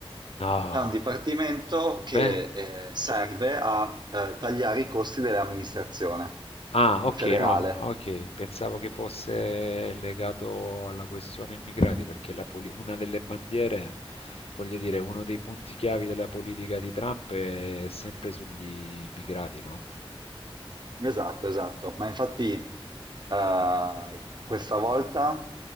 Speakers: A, on the left; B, on the right.
A: No.
B: È un dipartimento che
A: Beh,
B: eh, serve a eh, tagliare i costi dell'amministrazione
A: ah, ok,
B: federale.
A: no, ok, pensavo che fosse legato alla questione immigrati, perché la poli- una delle bandiere, voglio dire, uno dei punti chiavi della politica di Trump è sempre sugli immigrati, no?
B: Esatto, esatto, ma infatti eh, questa volta